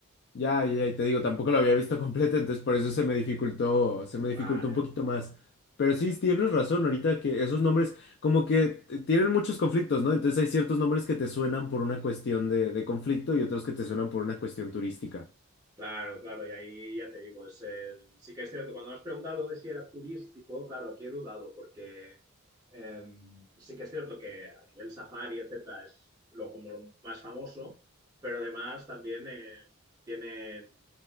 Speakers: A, on the left; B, on the right.
A: Ya, ya, y te digo, tampoco lo había visto completa entonces por eso se me dificultó, se me dificultó
B: Vale,
A: un poquito
B: vale.
A: más.
B: vale.
A: Pero sí, tienes razón, ahorita que esos nombres como que t- tienen muchos conflictos, ¿no? Entonces hay ciertos nombres que te suenan por una cuestión de, de conflicto y otros que te suenan por una cuestión turística.
B: Claro, claro, y ahí ya te digo, es el... sí que es cierto, cuando me has preguntado lo de si era turístico, claro, aquí he dudado, porque em, sí que es cierto que a nivel safari, etcétera, es lo como lo más famoso, pero además también em, tienen,